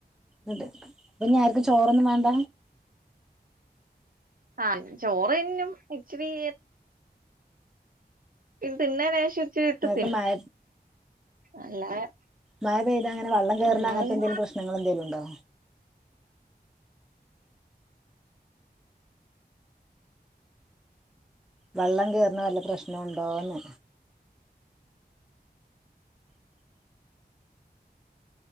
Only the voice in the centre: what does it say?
ന്നിട്ട് ഇനിയാർക്കും ചോറൊന്നും വേണ്ട
ഇങ്ങക്ക്
മഴ
മഴ പെയ്ത അങ്ങനെ വള്ളം കേർണ
അങ്ങനെത്തെന്തേലും പ്രശ്നങ്ങളെന്തേലും ഉണ്ടോ വെള്ളം കേറുന്ന വല്ല പ്രശ്നും ണ്ടോന്ന്